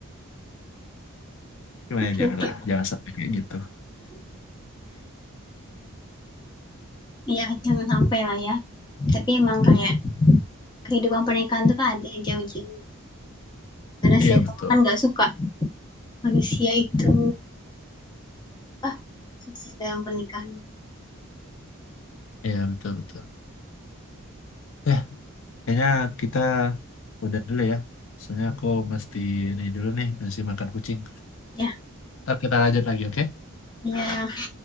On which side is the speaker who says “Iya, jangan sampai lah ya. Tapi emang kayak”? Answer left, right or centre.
Left